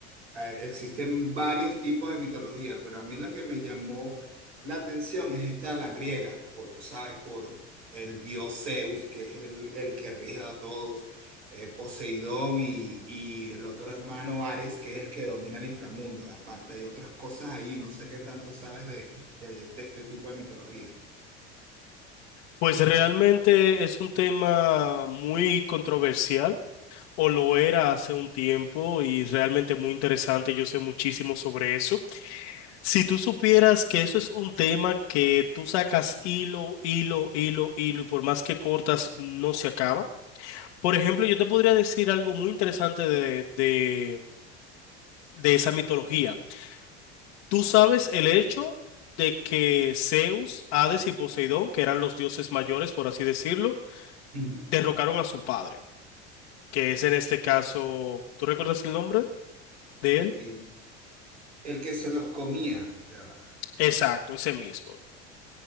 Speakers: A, on the right (about 85°); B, on the left (about 70°).
A: eh, Existen varios tipos de mitología, pero a mí la que me llamó la atención es esta, la griega, por tú sabes, por el dios Zeus, que es el, el que rige a todos, eh, Poseidón y, y el otro hermano Ares, que es el que domina el inframundo. Aparte hay otras cosas ahí, no sé qué tanto sabes de, de- de este tipo de mitología.
B: Pues realmente es un tema muy controversial, o lo era hace un tiempo, y realmente muy interesante. Yo sé muchísimo sobre eso. Si tú supieras que eso es un tema que tú sacas hilo, hilo, hilo, hilo, y por más que cortas, no se acaba. Por ejemplo, yo te podría decir algo muy interesante de, de, de esa mitología. Tú sabes el hecho de que Zeus, Hades y Poseidón, que eran los dioses mayores, por así decirlo,
A: Ujú.
B: derrocaron a su padre, que es en este caso, ¿tú recuerdas el nombre de él?
A: Eh, el que se los comía. Ya va.
B: Exacto, ese mismo.